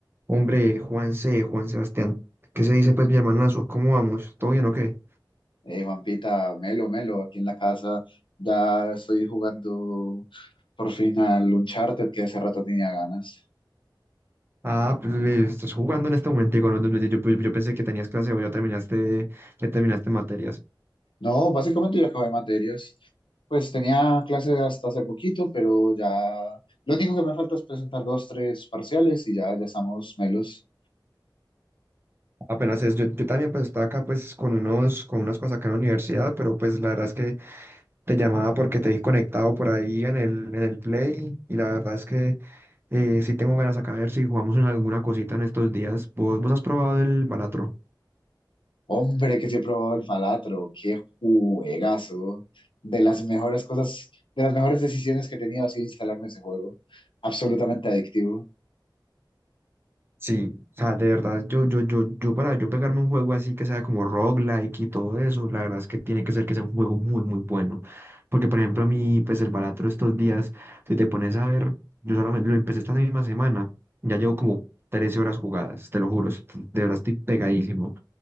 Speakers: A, on the right; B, on the left.
A: Hombre, Juanse, Juan Sebastián, ¿qué se dice pues mi hermanazo? ¿Cómo vamos? ¿Todo bien o qué?
B: Hey, Juanpita, Melo, Melo, aquí en la casa ya estoy jugando por fin al Uncharted que hace rato tenía ganas.
A: Ah, pues le- estás jugando en este momento, digo, no, no, yo, yo- yo pensé que tenías clase o ya terminaste, ya terminaste materias.
B: No, básicamente ya acabé materias. Pues tenía clase hasta hace poquito, pero ya lo único que me falta es presentar dos, tres parciales y ya, ya estamos melos.
A: Apenas es, yo, yo también pues estaba acá pues con unos, con unas cosas acá en la universidad, pero pues la verdad es que te llamaba porque te vi conectado por ahí en el, en el Play y la verdad es que eh, sí tengo ganas acá a ver si jugamos en alguna cosita en estos días. ¿Vos, vos has probado el Balatro?
B: Hombre, que sí he probado el Falatro, qué juegazo. De las mejores cosas, de las mejores decisiones que he tenido ha sido instalarme ese juego. Absolutamente adictivo.
A: Sí, o sea, de verdad, yo, yo, yo, yo para yo pegarme un juego así que sea como roguelike y todo eso, la verdad es que tiene que ser que sea un juego muy, muy bueno. Porque, por ejemplo, a mí, pues el Balatro estos días, si te pones a ver, yo solamente lo empecé esta misma semana, ya llevo como 13 horas jugadas, te lo juro, est- de verdad estoy pegadísimo.